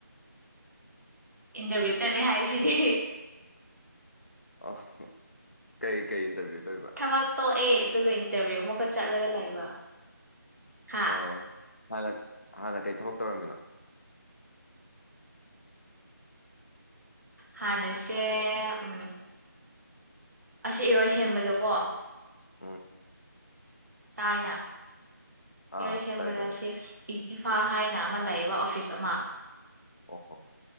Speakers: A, on the right (about 55°); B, on the left (about 45°).
A: ꯏꯟꯇꯔꯚꯤꯌꯨ ꯆꯠꯂꯦ ꯍꯥꯏꯔꯤꯁꯤꯗꯤ
B: ꯑꯣ ꯀꯩ ꯀꯩ ꯏꯟꯇꯔꯚꯤꯌꯨ ꯇꯧꯔꯤꯕ
A: ꯊꯕꯛ ꯇꯣꯛꯑꯦ ꯑꯗꯨꯒ ꯏꯟꯇꯔꯚꯤꯌꯨ ꯑꯃꯨꯛꯀ ꯆꯠꯂꯒ ꯂꯩꯕ ꯍꯥ
B: ꯑꯣ ꯍꯥꯟꯅ ꯍꯥꯟꯅ ꯀꯩ ꯊꯕꯛ ꯇꯧꯔꯝꯃꯤꯅꯣ
A: ꯍꯥꯟꯅꯁꯦ ꯎꯝ ꯑꯁꯤ ꯏꯔꯣꯏ ꯁꯦꯝꯕꯗꯀꯣ
B: ꯎꯝ
A: ꯇꯥꯏꯅ ꯏꯔꯣꯏ
B: ꯑꯥ
A: ꯁꯦꯝꯕꯗ
B: ꯇꯥꯏ ꯇꯥꯏ
A: ꯁꯤ ꯏꯖꯤꯐꯥ ꯍꯥꯏꯅ ꯑꯃ ꯂꯩꯌꯦꯕ ꯑꯣꯐꯤꯁ ꯑꯃ
B: ꯑꯣ